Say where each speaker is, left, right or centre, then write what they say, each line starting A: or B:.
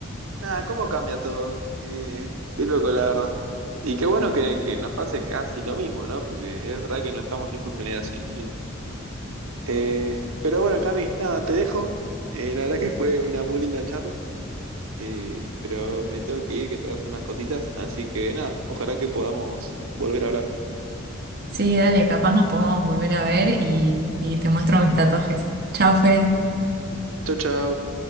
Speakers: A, on the right (about 85°); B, on the right (about 50°).
A: nada, ¿cómo cambia todo? Eh, qué loco, la verdad. Y qué bueno que, que nos pase casi lo mismo, ¿no? Porque es verdad que no estamos lejos generacionalmente. Eh, pero bueno, Cami, nada, te dejo. Eh, la verdad que fue una muy linda charla, eh, pero me tengo que ir, que tengo que hacer unas cositas. Así que nada, ojalá que podamos volver a hablar.
B: Sí, dale, capaz nos podemos volver a ver y, y te muestro mis tatuajes. Chao, Fe.
A: Chau, chau.